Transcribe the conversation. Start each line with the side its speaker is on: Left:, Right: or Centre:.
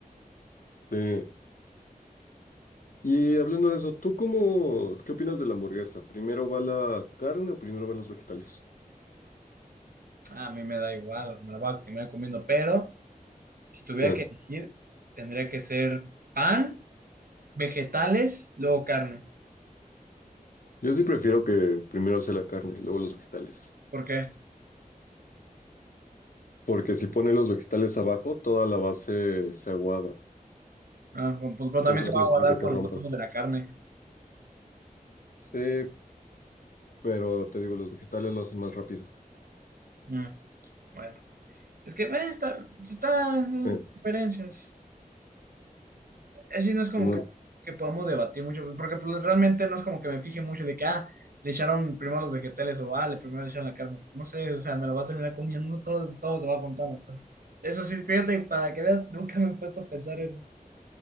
Left: Eh, y hablando de eso, ¿tú cómo, qué opinas de la hamburguesa? ¿Primero va la carne o primero van los vegetales?
Right: A mí me da igual, me la voy a terminar comiendo, pero si tuviera
Left: Ah,
Right: que elegir, tendría que ser pan, vegetales, luego carne.
Left: yo sí prefiero que primero sea la carne, luego los vegetales.
Right: ¿Por qué?
Left: Porque si pones los vegetales abajo, toda la base se aguada.
Right: Ah, pues, pero
Left: Entonces
Right: también se va
Left: no
Right: a aguadar
Left: sé si que se
Right: con
Left: rompa.
Right: los frutos de la carne.
Left: Sí, pero te digo, los vegetales lo hacen más rápido.
Right: Mm, bueno, es que eh, está, está, eh,
Left: Eh,
Right: diferencias. Así no es como
Left: Simón.
Right: que, que podamos debatir mucho, porque pues, realmente no es como que me fije mucho de que, ah, le echaron primero los vegetales o, ah, le primero le echaron la carne. Pues, no sé, o sea, me lo va a terminar comiendo, todo, todo te va a contar. entonces. Eso sí, fíjate, para que veas, nunca me he puesto a pensar eso.